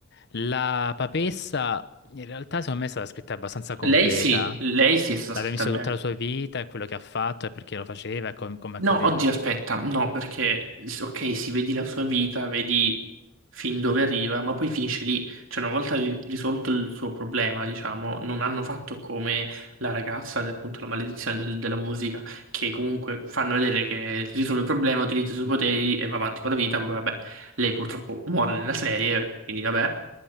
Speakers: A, on the left; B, on the right.
A: La papessa, in realtà, secondo me è stata scritta abbastanza completa.
B: Lei sì, lei sì è stata
A: L'abbiamo
B: scritta
A: visto
B: bene.
A: tutta la sua vita e quello che ha fatto e perché lo faceva e com- come accadeva.
B: No, oggi aspetta, no, perché s- ok, si vedi la sua vita, vedi fin dove arriva, ma poi finisce lì. Cioè, una volta ri- risolto il suo problema, diciamo, non hanno fatto come la ragazza, de- appunto, la maledizione del- della musica, che comunque fanno vedere che risolve il problema, utilizza i suoi poteri e va avanti con la vita. Poi, vabbè, lei purtroppo muore nella serie, quindi vabbè.